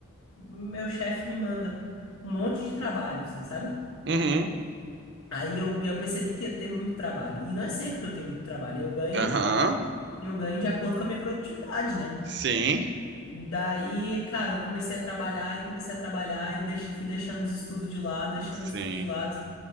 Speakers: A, on the left; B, on the right.
A: meu chefe me manda um monte de trabalho, assim, sabe?
B: uhum,
A: Aí eu, eu percebi que ia ter muito trabalho. E não é sempre que eu tenho muito trabalho. Eu ganho
B: aham,
A: E eu ganho de acordo com a minha produtividade, né?
B: sim,
A: Daí, cara, eu comecei a trabalhar e comecei a trabalhar e deixei, fui deixando os estudos de lado, deixando
B: sim,
A: os estudos de lado.